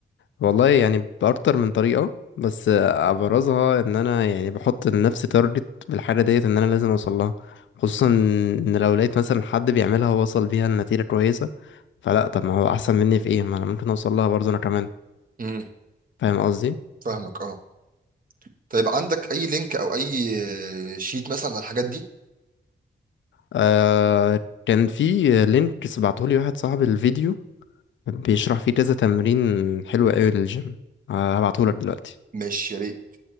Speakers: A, on the left; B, on the right.
A: والله يعني باكتر من طريقه بس ابرزها ان انا يعني بحط لنفسي تارجت بالحاجه ديت ان انا لازم اوصل لها خصوصا ان لو لقيت مثلا حد بيعملها ووصل بيها لنتيجه كويسه فلا طب ما هو احسن مني في ايه ما انا ممكن اوصل لها برضه انا كمان
B: امم
A: فاهم قصدي
B: فاهمك اه طيب عندك اي لينك او اي شيت مثلا على الحاجات دي
A: أه كان في لينك بعتهولي واحد صاحبي الفيديو بيشرح فيه كذا تمرين حلو قوي للجيم آه، هبعتهولك دلوقتي
B: مش